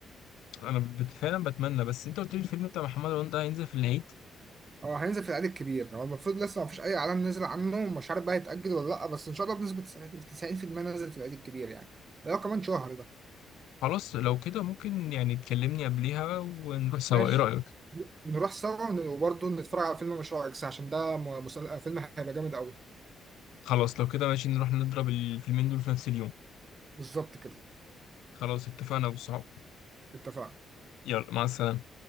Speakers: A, on the left; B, on the right.
A: انا بت- فعلا بتمنى بس انت قلت لي الفيلم بتاع محمد رمضان ده هينزل في العيد
B: اه هينزل في العيد الكبير هو المفروض لسه ما فيش اي اعلان نزل عنه مش عارف بقى يتاجل ولا لا بس ان شاء الله بنسبه 90% نزل في العيد الكبير يعني ده كمان شهر ده
A: خلاص لو كده ممكن يعني تكلمني قبليها ونروح سوا
B: ماشي
A: ايه رأيك
B: نروح سوا وبرده نتفرج على فيلم مشروع اكس عشان ده م- مسل- فيلم هيبقى جامد قوي
A: خلاص لو كده ماشي نروح نضرب الفيلمين دول في نفس اليوم
B: بالظبط كده
A: خلاص اتفقنا يا ابو الصحاب
B: اتفقنا
A: يلا مع السلامة